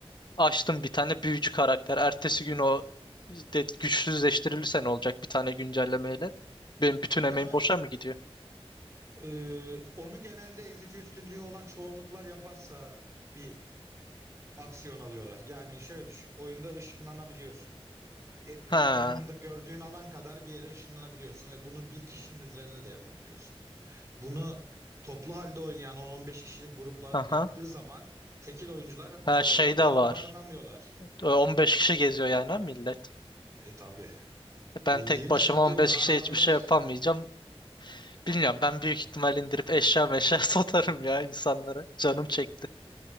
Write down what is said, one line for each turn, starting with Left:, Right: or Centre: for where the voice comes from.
Left: Açtım bir tane büyücü karakter. Ertesi gün o de, güçsüzleştirilirse ne olacak bir tane güncellemeyle? Benim bütün emeğim
Right: Ya
Left: boşa mı gidiyor?
Right: e, onu genelde ezici üstünlüğü olan çoğunluklar yaparsa bir aksiyon alıyorlar. Yani şöyle düşün. Oyunda ışınlanabiliyorsun. E- ekranında
Left: Ha,
Right: gördüğün alan kadar bir yere ışınlanabiliyorsun ve bunu bir kişinin üzerine de yapabiliyorsun. Bunu toplu halde oynayan 10-15 kişilik gruplar
Left: aha.
Right: yaptığı zaman tekil oyuncular
Left: Her
Right: doğal
Left: şey
Right: olarak
Left: de
Right: bar
Left: var.
Right: barınamıyorlar.
Left: E, On beş kişi geziyor yani ha millet.
Right: E tabii
Left: Ben
Right: bildiğin
Left: tek başıma
Right: şey gibi
Left: on beş
Right: haramiler.
Left: kişiye hiçbir şey yapamayacağım. Bilmiyorum ben büyük ihtimal indirip eşya meşya <laughs> satarım ya insanlara. Canım çekti.